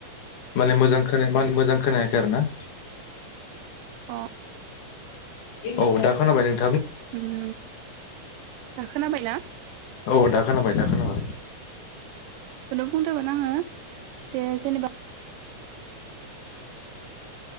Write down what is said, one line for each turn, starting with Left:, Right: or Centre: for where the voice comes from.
Left: माने मोजां खोनाया मा‌ होनो मोजां खोनायाखै आरो ना <inaudible>
Right: अ
Left: औ दा खोनाबायने नो
Right: ओम दा खोनाबायना?
Left: औ दा खोनाबाय दा खोनाबाय
Right: बुंदोमोन आङो जे जेनेबा